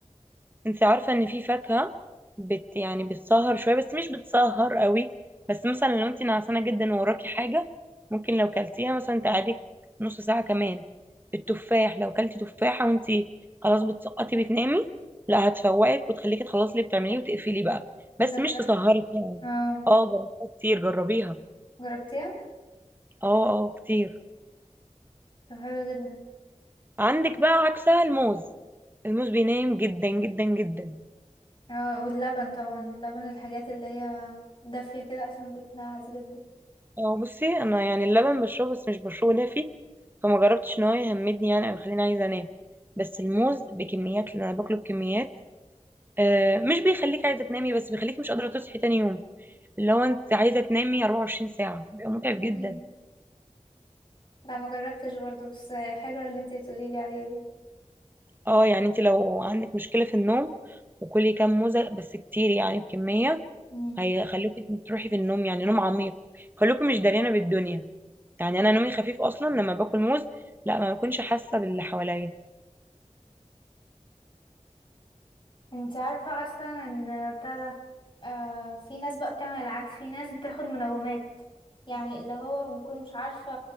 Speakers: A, on the right; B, on the left.
A: انت عارفة ان في فاكهة بت يعني بتسهر شوية بس مش بتسهر قوي بس مثلا لو انت نعسانة جدا ووراكي حاجة ممكن لو كلتيها مثلا تقعدك نص ساعة كمان التفاح لو كلتي تفاحة وانت خلاص بتسقطي بتنامي لا هتفوقك وتخليكي تخلصي اللي بتعمليه وتقفلي بقى بس
B: ده بجد
A: مش تسهرك يعني
B: اه
A: اه جربتها كتير جربيها
B: جربتيها
A: اه اه كتير
B: طب حلو جدا
A: عندك بقى عكسها الموز الموز بينام جدا جدا جدا
B: اه واللبن طبعا اللبن الحاجات اللي هي دافية كده اصلا بتنعس جدا
A: هو بصي انا يعني اللبن بشربه بس مش بشربه دافي فما جربتش ان هو يهمدني يعني او يخليني عايزه انام بس الموز بكميات اللي انا باكله بكميات آه مش بيخليك عايزه تنامي بس بيخليك مش قادره تصحي تاني يوم اللي هو انت عايزه تنامي 24 ساعه بيبقى متعب جدا
B: مم. لا ما جربتش برضو بس حلو اللي انتي تقولي لي عليه ده
A: اه يعني انت لو عندك مشكله في النوم وكلي كام موزه بس كتير يعني بكميه
B: مم.
A: هيخليكي تروحي في النوم يعني نوم عميق خلوكي مش داريانه بالدنيا يعني انا نومي خفيف اصلا لما باكل موز لا ما بكونش حاسه باللي حواليا
B: انت عارفة اصلا ان بتاع ده آه في ناس بقى بتعمل العكس في ناس بتاخد منومات يعني اللي هو بكون مش عارفة